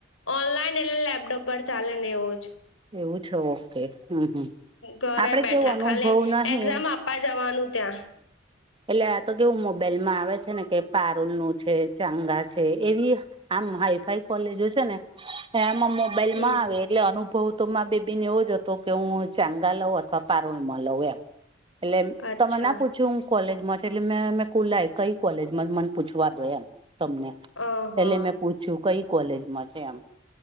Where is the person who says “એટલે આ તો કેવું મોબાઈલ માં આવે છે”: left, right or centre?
Right